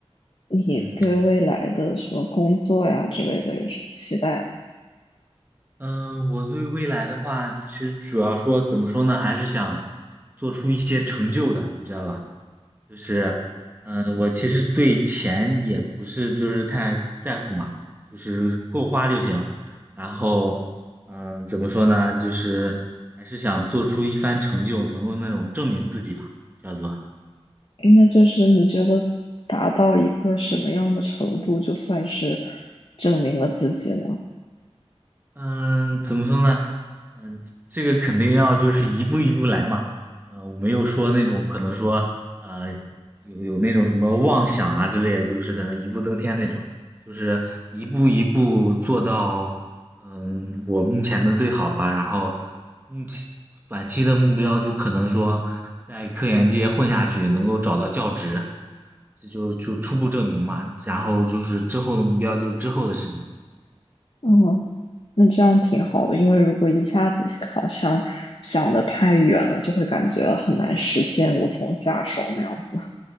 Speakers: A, on the left (about 55°); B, on the right (about 20°).
A: 你对未来的什么工作呀之类的有什么期待吗？
B: 嗯嗯、呃我对未来的话，其实主要说怎么说呢，还是想做出一些成就的，你知道吧？就是，嗯，我其实对钱也不是就是太在乎嘛，就是够花就行。然后，嗯，怎么说呢？就是还是想做出一番成就，能够那种证明自己吧，叫做。
A: 那就是你觉得达到一个什么样的程度，就算是证明了自己呢？
B: 嗯，怎么说呢？嗯，这个肯定要就是一步一步来嘛。呃，我没有说那种可能说呃有有那种什么妄想啊之类就是可能一步登天那种，就是一步一步做到嗯我目前的最好吧。然后目前短期的目标就可能说在科研界混下去，能够找到教职，这就就初步证明嘛。然后就是之后的目标就是之后的事情。
A: 嗯，那这样挺好的，因为如果一下子好像想的太远了，就会感觉很难实现，无从下手那样子。